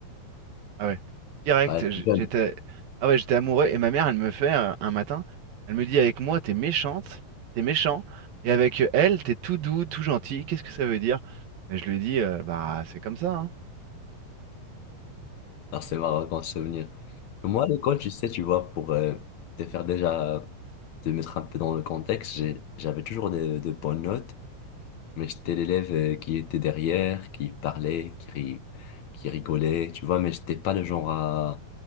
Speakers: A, on the right; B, on the left.
A: Ah ouais. Direct,
B: on était
A: j-
B: jeune.
A: j'étais. Ah ouais, j'étais amoureux. Et ma mère, elle me fait euh, un matin, elle me dit, avec moi, t'es méchante, t'es méchant. Et avec elle, t'es tout doux, tout gentil. Qu'est-ce que ça veut dire? Et je lui dis, euh, bah, c'est comme ça, hein.
B: Alors, c'est marrant comme souvenir. Moi, à l'école, tu sais, tu vois, pour euh, te faire déjà, te mettre un peu dans le contexte, j'ai- j'avais toujours de, de bonnes notes, mais j'étais l'élève euh, qui était derrière, qui parlait, qui ri- qui rigolait, tu vois, mais j'étais pas le genre à